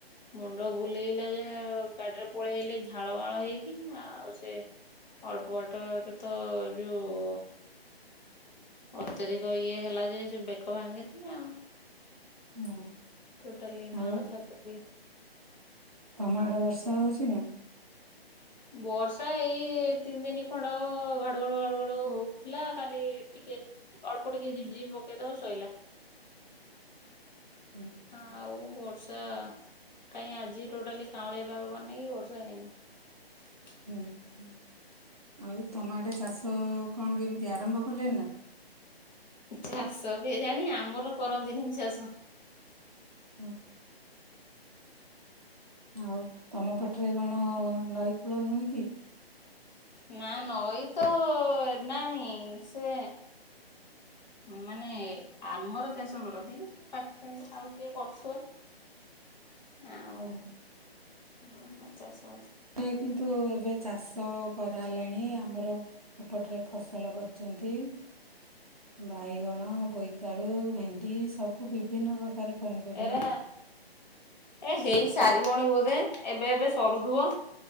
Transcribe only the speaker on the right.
ହଁ।
ଆଉ
ତମ ଆଡେ ବର୍ଷା ହଉଚି ନା?
ହୁଁ
ହୁଁ ହୁଁ। ଆଉ ତମ ଆଡେ ଚାଷ କଣ କେମିତି ଆରମ୍ଭ କଲେଣି ନା?
<unintelligible> ଆଉ ତମ ପଟରେ କଣ ନଈ କୂଳ ନୁହେଁ କି?
ହୁଁ ହୁଁ
ଏ କିନ୍ତୁ ଏବେ ଚାଷ କରାହେଲାଣି। ଆମର ଏପଟରେ ଫସଲ କରିଛନ୍ତି। ବାଇଗଣ ହଁ ବୋଇତାଳୁ, ଭେଣ୍ଡି, ସବୁ। ବିଭିନ୍ନ ପ୍ରକାର ପନିପରିବା